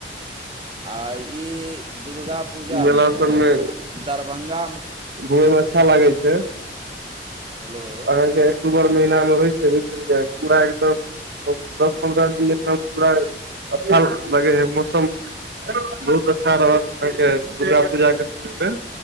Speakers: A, on the right (about 30°); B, on the right (about 65°).
A: आ ई दुर्गा पूजामे
B: मेला सबमे
A: दरभंगा
B: घुमय मे अच्छा लागै छै
A: हेलो
B: अहाँके अक्टूबर महीना मे होइ छै बुझ गेलियै पूरा एकदम दस पन्द्रह दिन एकदम पूरा अच्छा लगे है मौसम बहुत अच्छा रहत अहाँके दुर्गा पूजाके समयमे